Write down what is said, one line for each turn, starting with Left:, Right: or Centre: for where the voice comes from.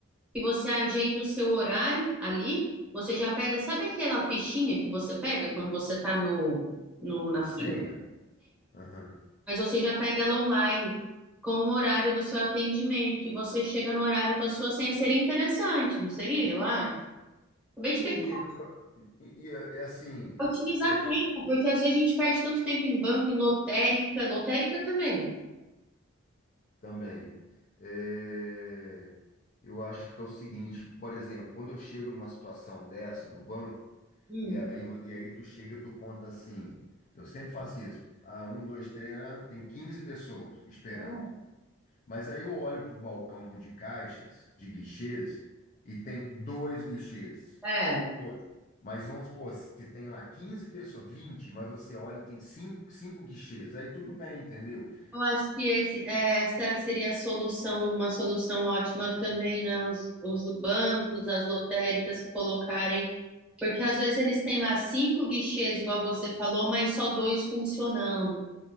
Centre: que você agenda o seu horário ali, você já pega, sabe aquela fichinha que você pega quando você está no, no, na
Left: A
Centre: fila?
Left: senha? Aham.
Centre: Mas você já pega ela online com o horário do seu atendimento e você chega no horário com a sua senha. Seria interessante, não seria? Eu acho. Acabei
Left: Seria,
Centre: de pensar,
Left: mas e, e, é assim,
Centre: otimizar
Left: é,
Centre: tempo, porque às vezes a gente perde tanto tempo em banco, em lotérica, lotérica também.
Left: Também. É, eu acho que é o seguinte, por exemplo, quando eu chego numa situação dessa no banco,
Centre: Hum,
Left: e aí, vo- e aí tu chega, tu conta assim, eu sempre faço isso, ah, um, dois, três, ah, tem 15 pessoas esperando.
Centre: tá
Left: Mas aí eu olho para o balcão de caixas, de guichês, e tem dois guichês.
Centre: é.
Left: Pô, mas vamos supor, se tem lá 15 pessoas, 20 mas você olha e tem cinco, cinco guichês, aí tudo bem, entendeu?
Centre: Eu acho que esse, é, essa seria a solução, uma solução ótima também, né? Os, os bancos, as lotéricas colocarem. Porque às vezes eles têm lá cinco guichês, igual você falou, mas só dois funcionando.